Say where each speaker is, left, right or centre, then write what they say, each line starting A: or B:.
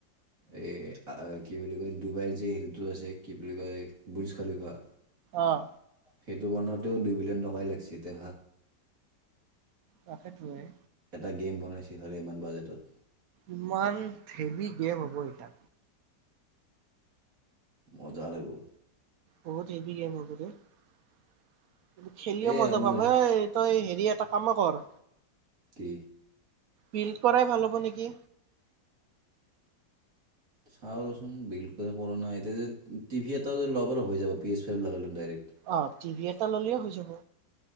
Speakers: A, on the right; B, on the right.
A: এ আৰ কি বুলি কয় ডুবাইৰ যে হ তু আছে কি বুলি কয় বুইজ খালি কোৱা
B: আহ
A: সেইটো বনাওঁতেও দুই বিলিয়ন টকাই লাগিছে দে
B: কাষেত ৰেই
A: এটা গেম বনাইছিলে ইমান বাজেটত
B: ইমান হেভি গেম হ'ব এতিয়া
A: মজা লাগিব
B: বহু হেবি লাগিব মোৰ কৰে খেলিও
A: এই
B: মজা
A: আমাৰ
B: পাম এ তই হেৰি এটা কাম কৰ
A: এ
B: বিল্ড কৰাই ভাল হ'ব নেকি
A: চাওঁ চোন বিল কৰো এতি টিভি এটা লবৰ হৈ য়াব পি এচ। ফাইভ লগাই লয় দাৰেক্ট
B: অ টিভি এটা ল'লে হৈ যাব